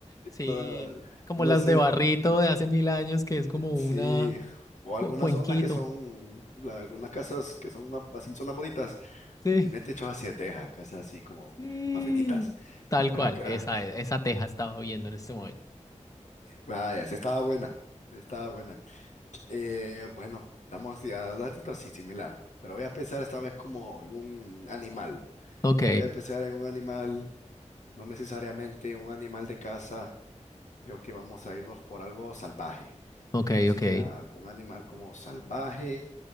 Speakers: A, on the left; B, on the left.
A: Sí,
B: No,
A: como
B: no
A: las
B: sé,
A: de Barrito de hace mil años, que es
B: eh,
A: como
B: sí,
A: una
B: o
A: cu-
B: algunas
A: cuenquito.
B: zonas que son, la- algunas casas que son más, así, zonas bonitas,
A: Sí,
B: tienen techos así de teja, casas así como
A: sí.
B: más finitas.
A: Tal
B: Pero
A: cual,
B: acá,
A: esa,
B: ah,
A: esa teja estaba viendo en este momento.
B: vaya, sí estaba buena, sí estaba buena. Eh, bueno, vamos a darte otra sí, similar, pero voy a pensar esta vez como en un animal.
A: Ok,
B: Voy a pensar en un animal, no necesariamente un animal de casa. Creo que vamos a irnos por algo salvaje.
A: ok,
B: Entonces,
A: ok,
B: mira, algún animal como salvaje